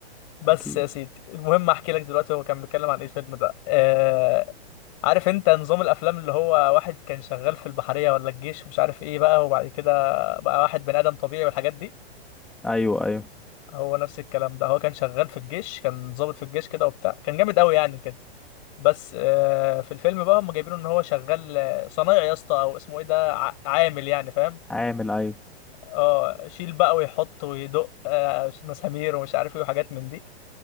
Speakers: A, on the left; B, in the centre.
A: بس
B: اكيد
A: يا سيدي المهم احكي لك دلوقتي هو كان بيتكلم عن ايه الفيلم ده آه عارف انت نظام الافلام اللي هو واحد كان شغال في البحرية ولا الجيش ومش عارف ايه بقى وبعد كده بقى واحد بني ادم طبيعي والحاجات دي
B: ايوه ايوه
A: هو نفس الكلام ده هو كان شغال في الجيش كان ضابط في الجيش كده وبتاع كان جامد قوي يعني كده بس آه، في الفيلم بقى هم جايبينه ان هو شغال آه، صنايعي يا اسطى او اسمه ايه ده ع- عامل يعني فاهم
B: عامل ايوه
A: اه شيل بقى ويحط ويدق آه، مسامير ومش عارف ايه وحاجات من دي